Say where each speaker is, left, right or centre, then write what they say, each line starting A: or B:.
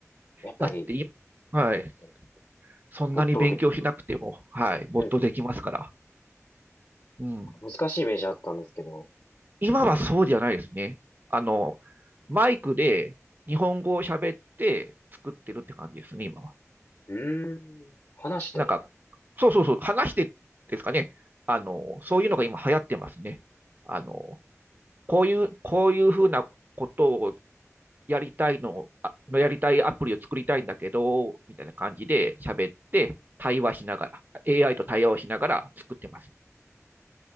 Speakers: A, on the left; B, on the right.
A: やっぱり、
B: だってい、はい。
A: ね
B: そんなに勉強しなくても、
A: 没頭できる。
B: はい。もっとできますから。
A: うんうん
B: うん。
A: 難しいイメージあったんですけど、
B: 今はそうじゃないですね。あの、マイクで日本語を喋って作ってるって感じですね、今は。
A: うーん。話して
B: なんか、そうそうそう、話してですかね。あの、そういうのが今流行ってますね。あの、こういう、こういうふうなことをやりたいのあのやりたいアプリを作りたいんだけど、みたいな感じで喋って、対話しながら、AI と対話をしながら作ってます。